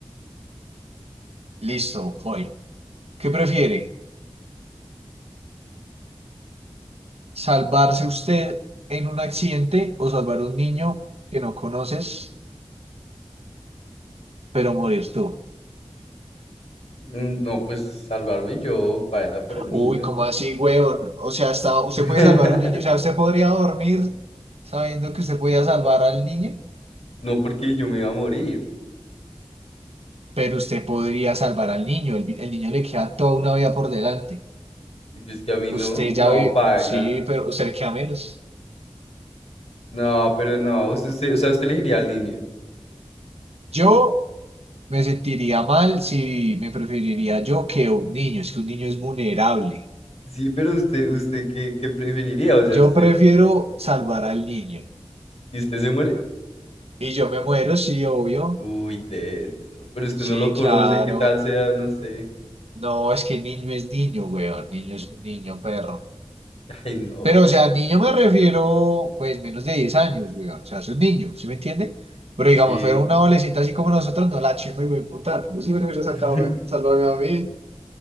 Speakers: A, on the right; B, on the left.
A: Listo, voy. ¿Qué prefiere? ¿Salvarse usted en un accidente o salvar a un niño que no conoces, pero morir tú?
B: Mm, No, pues salvarme yo, paela por el niño.
A: Uy, ¿cómo así, weón? O sea, hasta usted
B: <laughs>
A: puede salvar a un niño. O sea, usted podría dormir sabiendo que usted podía salvar al niño.
B: No, porque yo me iba a morir.
A: pero usted podría salvar al niño, el, vi- el niño le queda toda una vida por delante.
B: Y pues que a mí
A: Usted
B: no, no,
A: ya ve,
B: paela.
A: sí, pero usted le queda menos.
B: No, pero no, usted, usted- o sea, usted elegiría al niño.
A: Yo me sentiría mal si me preferiría yo que un niño, es que un niño es vulnerable.
B: Sí, pero usted, usted, ¿qué, qué preferiría? O
A: Yo
B: sea, usted,
A: prefiero salvar al niño.
B: ¿y usted se muere?
A: Y yo me muero, sí, obvio.
B: Uy, tenso. Pero usted
A: Sí,
B: no lo conoce,
A: claro.
B: qué tal sea, no sé.
A: No, es que el niño es niño, weón. Niño es un niño, perro.
B: Ay, no,
A: Pero,
B: pero
A: o sea, niño me refiero, pues, menos de 10 años, güey. O sea, es un niño, ¿sí me entiende? Pero
B: sí.
A: digamos, fuera una adolescente así como nosotros, no la chimba y güey, puta. Yo sí me hubiera sacado,
B: <laughs>
A: güey. Salvarme a mí.